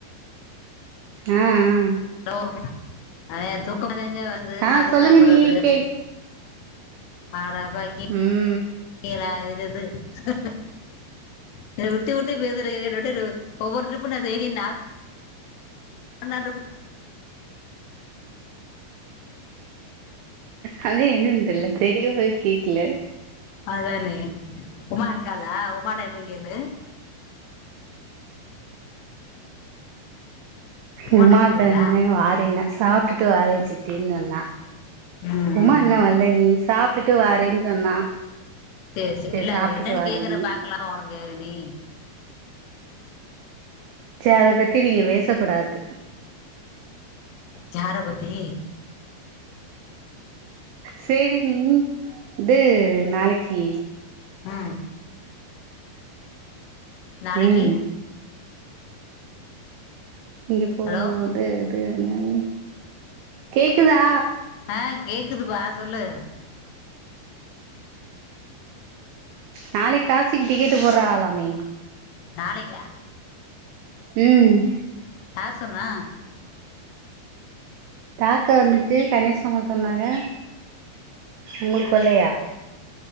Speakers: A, on the right (about 85°); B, on the left (about 80°).
A: ஆ ஆ
B: ஹலோ அது தூக்கமா தாங்க வருது
A: ஆ
B: மாத்ர
A: சொல்லுங்கணி
B: சாப்புறது
A: கேக்
B: ஆற பை
A: ம்
B: இராகுது சரி வுட் வுட்டு வுட்டு பேசுரியே ரொடிறு ஒவ்வொரு டிருப்பு நா சேரி நா என்னாதுக்கு
A: அதா என்னன் தெர்ல தெரியு போய் கேக்குல
B: அதானே உமா இருக்காளா உமாட என்னு கேளு உமாட்ட
A: உமா
B: கேக்குறியா
A: தான வாரேனா சாப்டுட்டு வாரே சித்தின் சொன்னா
B: ம்
A: உமா
B: ம்.
A: என்ன வர்ல நீ சாப்டுட்டு வாறேன் சொன்னா
B: சேரி சேரி இல்ல
A: சாப்ட்டுட்டு
B: அத என்னன்னு
A: வாடின்னே
B: கேக்குற பாக்கலானு ஒனக்கு நீ
A: ச அத பத்தி நீங்க பேச கூடாது
B: யார பத்தி
A: சேரி நீ து நாளைக்கி
B: ஆ நாளைக்கி
A: ம் இப்போ
B: ஹலோ
A: து து இன்னங் கேக்குதா
B: ஆ கேக்குதுப்பா சொல்லு
A: நாளைக்கு காசிக்கு டிக்கெட்டு் போட்றாலாமே
B: நாளைக்கா
A: ம்
B: யார் சொன்னா
A: தாக்க வந்துச்சு கணேஸ் அம்மா சொன்னாங்க உங்களுக்கு சொல்லையா